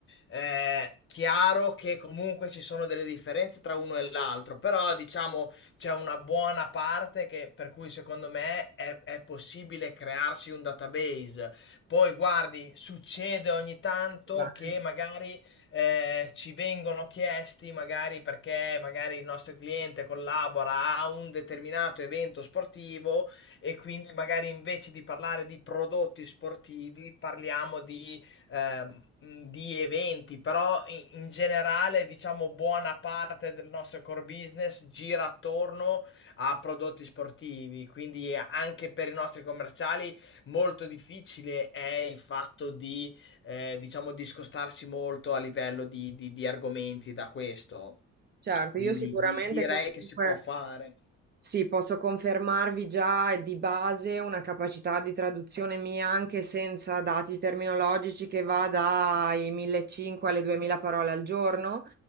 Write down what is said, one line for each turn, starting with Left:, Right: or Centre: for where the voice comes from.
Left: eh, chiaro che comunque ci sono delle differenze tra uno e l'altro, però diciamo c'è una buona parte che, per cui secondo me è, è possibile crearsi un database. Poi guardi, succede ogni tanto
Right: Bene.
Left: che magari eh, ci vengono chiesti, magari perché magari il nostro cliente collabora a un determinato evento sportivo e quindi magari invece di parlare di prodotti sportivi parliamo di ehm, mh, di eventi, però in, in generale, diciamo, buona parte del nostro core business gira attorno a prodotti sportivi, quindi anche per i nostri commerciali molto difficile è il fatto di, eh, diciamo, discostarsi molto a livello di, di- di argomenti da questo.
Right: Certo,
Left: Quindi
Right: io sicuramente
Left: di- direi
Right: comunque
Left: che si può fare.
Right: sì, posso confermarvi già di base una capacità di traduzione mia anche senza dati terminologici che va dai 1500 alle 2000 parole al giorno.